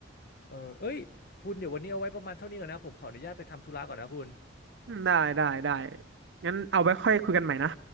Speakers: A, on the left; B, on the right.
A: เออเอ้ยคุณเดี๋ยววันนี้เอาไว้ประมาณเท่านี้ก่อนนะผมขออนุญาตไปทำธุระก่อนนะคุณ
B: อืมได้ได้ได้งั้นเอาไว้ค่อยคุยกันใหม่นะ